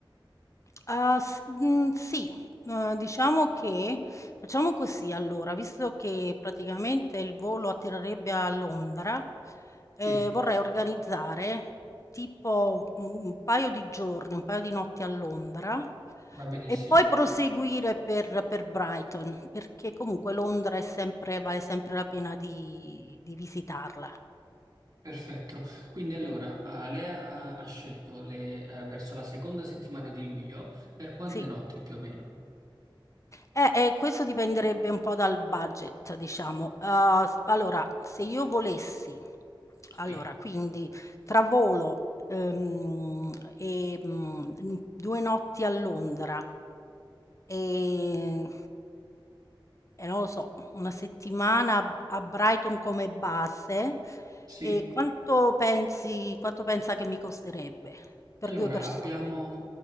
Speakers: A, on the left; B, on the right.
A: Ah, s mhmm, sì. Uhm, diciamo che facciamo così allora, visto che praticamente il volo atterrerebbe a Londra, ehm,
B: Sì,
A: vorrei organizzare tipo, mhmm, un paio di giorni, un paio di notti a Londra
B: va benissimo.
A: e poi proseguire per per Brighton, perché comunque Londra è sempre vale sempre la pena di di visitarla.
B: Perfetto, quindi allora eh, lei ha, ha scelto le, eh, verso la seconda settimana di luglio per quante
A: Sì.
B: notti più o meno?
A: Eh, ehm, questo dipenderebbe un po' dal budget diciamo. Uhm, s allora se io volessi allora
B: Sì.
A: quindi tra volo, ehm, e, mhmm, mhmm, 2 notti a Londra, ehm, e non lo so, 1 settimana a a Brighton come base,
B: Sì?
A: ehm, quanto pensi quanto pensa che mi costerebbe per
B: Allora,
A: 2 persone?
B: abbiamo,